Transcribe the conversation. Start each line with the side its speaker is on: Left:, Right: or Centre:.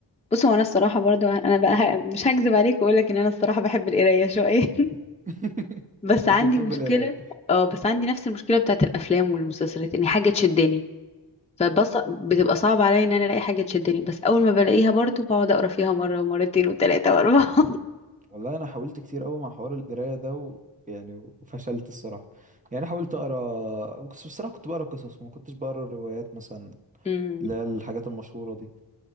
Left: بص هو انا الصراحه برضو انا بقى ه... مش هكذب عليك واقول لك ان انا الصراحه بحب القرايه شويه <laughs>
Right: <laughs>
Left: بس عندي
Right: أنت بتحبي
Left: مشكله
Right: القراية؟
Left: اه بس عندي نفس المشكله بتاعت الافلام والمسلسلات ان حاجه تشدني فبص بتبقى صعب عليا ان انا الاقي حاجه تشدني بس اول ما بلاقيها برضو بقعد اقرا فيها مره ومرتين وثلاثه واربعه
Right: والله انا حاولت كتير قوي مع حوار القرايه ده و... يعني وفشلت الصراحه يعني أنا حاولت اقرا بس بصراحه كنت بقرا قصص ما كنتش بقرا الروايات مثلا
Left: <laughs> امم
Right: اللي هي الحاجات المشهوره دي